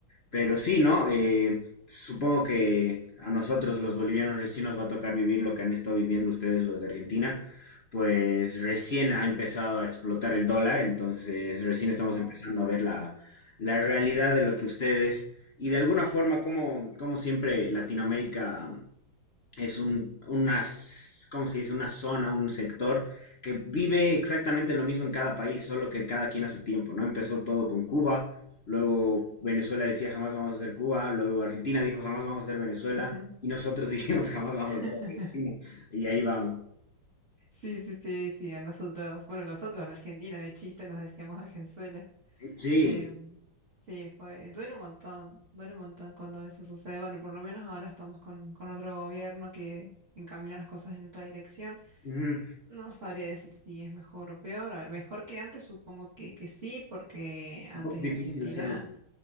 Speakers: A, on the left; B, on the right.
A: Pero sí, ¿no? Eh, supongo que a nosotros los bolivianos recién nos va a tocar vivir lo que han estado viviendo ustedes los de Argentina, pues recién ha empezado a explotar el dólar, entonces recién estamos
B: Oh.
A: empezando a ver la, la realidad de lo que ustedes y de alguna forma como, como siempre Latinoamérica es un, una, s- ¿cómo se dice? Una zona, un sector que vive exactamente lo mismo en cada país, solo que cada quien a su tiempo, ¿no? Empezó todo con Cuba, luego
B: mm,
A: Venezuela decía jamás vamos a ser Cuba, luego Argentina dijo jamás vamos a ser Venezuela,
B: ujú.
A: y nosotros <laughs> dijimos jamás
B: <laughs>
A: vamos a ser Argentina, y ahí vamos.
B: Sí, sí, sí, sí, a nosotros, bueno, nosotros en Argentina, de chiste nos decíamos Argenzuela.
A: Sí,
B: Em, sí, fue, duele un montón, duele un montón cuando eso sucede. Bueno, por lo menos ahora estamos con, con otro gobierno que encamina las cosas en otra dirección.
A: ujú,
B: No sabría decir si es mejor o peor. A ver, mejor que antes, supongo que, que sí, porque antes
A: un poco difícil
B: en Argentina
A: hacerlo